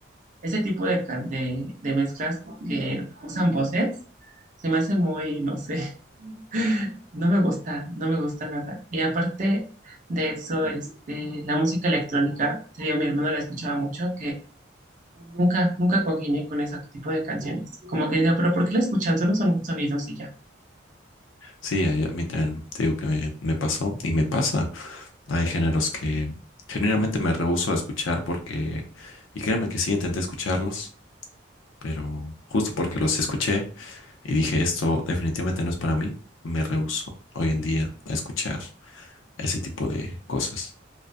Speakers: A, on the right; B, on the left.
A: ese tipo de, ca- de, de mezclas que usan voces se me hace muy, no sé, <laughs> no me gusta, no me gusta nada. Y aparte de eso, este, la música electrónica, te digo, mi hermano la escuchaba mucho, Nunca, nunca congenié con ese tipo de canciones. Como que decía, pero ¿por qué la escuchan? Solo son sonidos y ya.
B: Sí, a a mí también te digo que me, me pasó y me pasa. Hay géneros que generalmente me rehúso a escuchar porque, y créeme que sí, intenté escucharlos, pero justo porque los escuché. Y dije, esto definitivamente no es para mí. Me rehúso hoy en día a escuchar ese tipo de cosas.